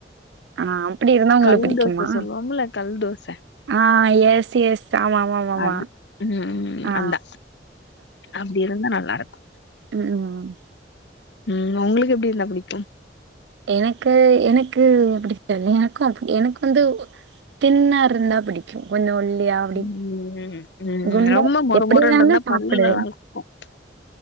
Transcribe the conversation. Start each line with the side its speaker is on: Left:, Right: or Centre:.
Right: ஆ அப்டி இருந்தா உங்களுக்கு
Left: கல்
Right: பிடிக்குமா
Left: தோச சொல்லுவோம்ல கல் தோச
Right: ஆ எஸ் எஸ் ஆமாமாமாம
Left: அது ம்
Right: ஆ
Left: அந்த அப்டி இருந்தா நல்லாருக்கு
Right: ம் ம்
Left: ம் உங்களுக்கு எப்டி இருந்தா புடிக்கு
Right: எனக்கு எனக்கு எப்டி தெர்ல எனக்கு அப்டி எனக்கு வந்து தின்னா இருந்தா பிடிக்கு கொஞ்சோ ஒல்லிய அப்டி
Left: ம் ம் ம்
Right: குண்டா
Left: ரொம்ப மொறு
Right: எப்டி
Left: மொறுன்னு
Right: இருந்தாலு
Left: இருந்தா
Right: சாப்புடுவே
Left: பல்லுல நக்கும்